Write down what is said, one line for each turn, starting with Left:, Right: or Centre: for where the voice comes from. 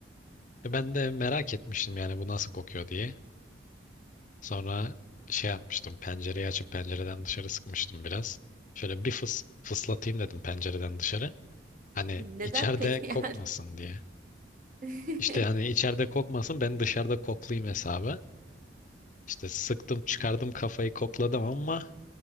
Left: E, ben de merak etmiştim yani bu nasıl kokuyor diye. Sonra şey yapmıştım. Pencereyi açıp pencereden dışarı sıkmıştım biraz. Şöyle bir fıs fıslatayım dedim pencereden dışarı. Hani
Right: Neden
Left: içeride
Right: peki yani?
Left: kokmasın diye.
Right: <laughs>
Left: İşte hani içeride kokmasın ben dışarıda koklayayım hesabı. İşte sıktım çıkardım kafayı kokladım ama